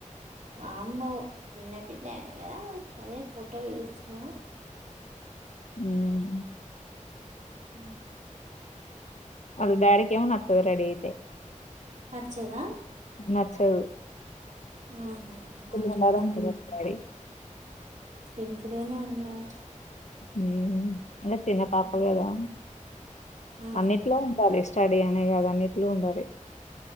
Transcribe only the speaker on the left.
మ్మ్
వాళ్ల డాడీకేమో నత్తదు రెడీ అయితే.
నచ్చదు
ఉండాలంటది వాళ్ళ డాడీ
మ్ ఇంకా తిన పాప
కదా!
అన్నిట్లో ఉంటాలి ఇష్ స్టడీ అనే కాదు అన్నిట్లో ఉండాలి.